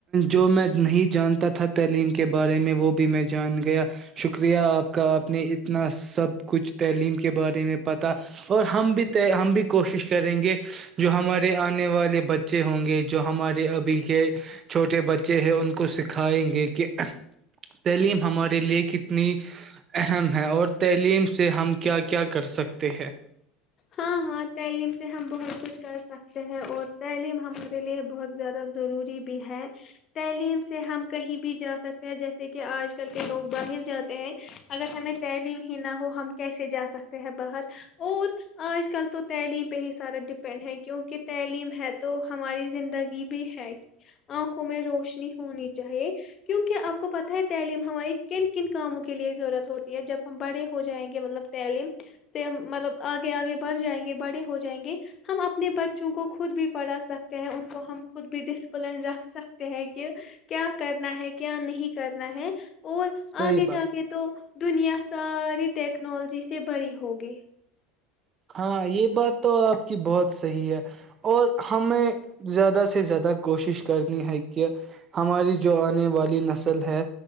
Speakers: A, on the right; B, on the left.
A: جو میں نہیں جانتا تھا تعلیم کے بارے میں وہ بھی میں جان گیا شکریہ آپ <unintelligible> ن سب کچھ تعلیم کے بارے میں پتا اور ہم بھی ہم بھی کوشش کریں گے جو ہمارے آنے والے بچے ہوں گے جو ہمارے ابھی کے چھوٹے بچے ہیں ان کو سکھائیں گے کہ تعلیم ہمارے لیے کتنی اہم ہے ہیں اور تعلیم سے ہم کیا کیا کر سکتے ہیں
B: ہاں ہاں تعلیم سے ہم بہت کچھ کر سکتے ہیں اور تعلیم ہمارے لیے بہت زیادہ ضروری بھی ہے تعلیم سے ہم کہیں بھی جا سکتے ہیں جیسے کہ آج کل کے لوگ باہر جاتے ہیں اگر ہمیں تعلیم ہی نہ ہو ہم کیسے جا سکتے ہیں باہر اور آج کل تو تعلیم پہ ہی سارا ڈپینڈ ہے کیونکہ تعلیم ہے تو ہماری زندگی بھی ہے آنکھوں میں روشنی ہونی چاہیے کیونکہ آپ کو پتہ ہے تعلیم ہماری کن کن کاموں کے لیے ضرورت ہوتی ہے جب ہم بڑے ہو جائیں گے مطلب تعلیم سے مطلب آگے آگے بڑھ جائیں گے بڑے ہو جائیں گے ہم اپنے بچوں کو خود بھی پڑھا سکتے ہیں ان کو ہم خود بھی ڈسپلن رکھ سکتے ہیں کہ کیا کرنا ہے کیا نہیں کرنا ہے اور
A: صحیح
B: آگے
A: بات
B: جا کے تو دنیا ساری ٹیکنالوجی سے بڑی ہوگی
A: ہاں یہ بات تو آپ کی بہت صحیح ہے اور ہمیں زیادہ سے زیادہ کوشش کرنی ہے کہ ہماری جو آنے والی نسل ہے